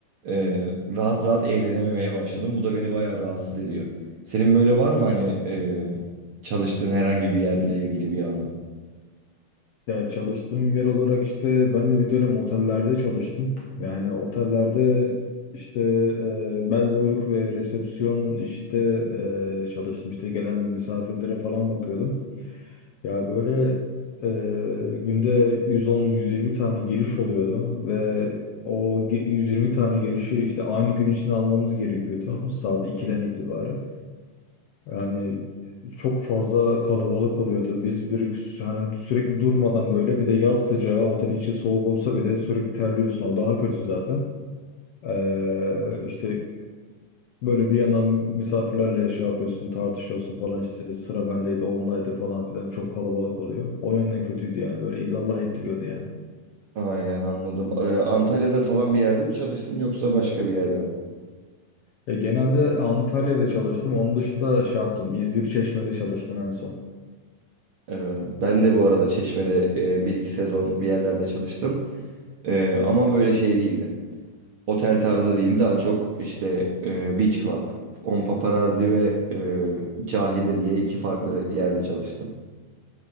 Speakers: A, on the right; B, on the left.
A: e, rahat rahat eğlenememeye başladım. Bu da beni bayağı rahatsız ediyor. Senin böyle var mı hani e, çalıştığın herhangi bir yerle ilgili bir anın?
B: Ya çalıştığım yer olarak işte ben de bir dönem otellerde çalıştım. Yani otellerde işte e, bel boyluk ve resepsiyon işte e, çalıştım. İşte gelen misafirlere falan bakıyordum. Ya böyle e, günde yüz on yüz yirmi tane giriş oluyordu ve o ge- 120 tane girişi işte aynı gün için almamız gerekiyordu saat 2'den itibaren. Yani çok fazla kalabalık oluyordu. Biz bir hani sürekli durmadan böyle bir de yaz sıcağı otelin içi soğuk olsa bile sürekli terliyorsun. O daha kötü zaten. Ee, işte böyle bir yandan misafirlerle şey yapıyorsun, tartışıyorsun falan işte sıra bendeydi, ondaydı falan filan çok kalabalık oluyor. O yönden kötüydü yani böyle illallah ettiriyordu yani.
A: Aynen anladım. Ee, Antalya'da falan bir yerde mi çalıştın yoksa başka bir yerde mi?
B: E, genelde Antalya'da çalıştım. Onun dışında şey yaptım. İzmir Çeşme'de çalıştım en son.
A: Ee, ben de bu arada Çeşme'de e, bir iki sezon bir yerlerde çalıştım. Ee, ama böyle şey değildi. Otel tarzı değil daha çok işte e, Beach Club, On Paparazzi ve e, Cahide diye iki farklı yerde çalıştım.